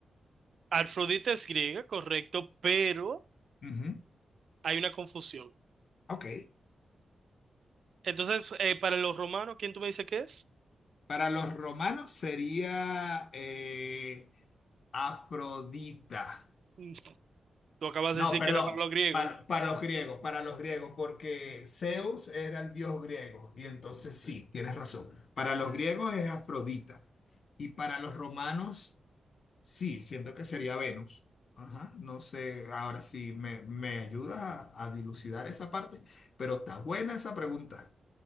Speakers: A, on the right (about 60°); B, on the left (about 55°).
A: Afrodita es griega, correcto, pero
B: Ujú,
A: hay una confusión.
B: Ok.
A: Entonces, eh, para los romanos, ¿quién tú me dices que es?
B: Para los romanos sería eh, Afrodita.
A: Mm, Tú acabas
B: No,
A: de decir
B: perdón,
A: que era para los griegos.
B: para, para los griegos, para los griegos, porque Zeus era el dios griego, y entonces sí, tienes razón. Para los griegos es Afrodita, y para los romanos, sí, siento que sería Venus. Ajá, no sé, ahora sí me, me ayudas a, a dilucidar esa parte, pero está buena esa pregunta.